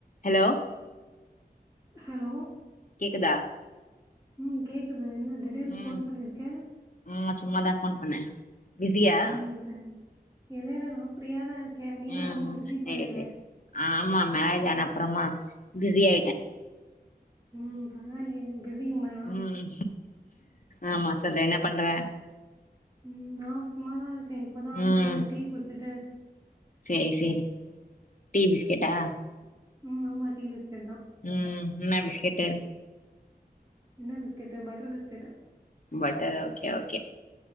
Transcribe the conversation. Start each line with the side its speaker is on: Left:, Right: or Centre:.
Left: Hello
Right: hello
Left: கேக்குதா
Right: ம் கேக்குது என்ன திடீர்னு
Left: ம்
Right: ஃபோன் பண்ணிருக்க
Left: ஆமா சும்மாதா ஃபோன் பண்ணே பிஸியா
Right: உம் சரி இல்ல இல்ல நான் ஃப்ரீயா தான் இருக் நீதான்
Left: ம்
Right: ரொம்ப பிஸி
Left: செரி
Right: போலைய
Left: செரி ஆமா மேரேஜ் ஆன அப்புறமா பிஸி ஆயிட்டேன்
Right: உம் பரவாலையே பிஸியுமானா
Left: ம் ஆமா சொல்லு என்ன பண்ற
Right: உம் நா சும்மாதா இருக்கே இப்பதா வந்து
Left: ம்
Right: டீ குடிச்சுட்டு
Left: சேரி சரி டீ பிஸ்கட்டா
Right: உம் ஆமா டீ பிஸ்கட் தா
Left: உம் என்ன பிஸ்கட்டு
Right: என்ன biscuit butter biscuit
Left: butter okay okay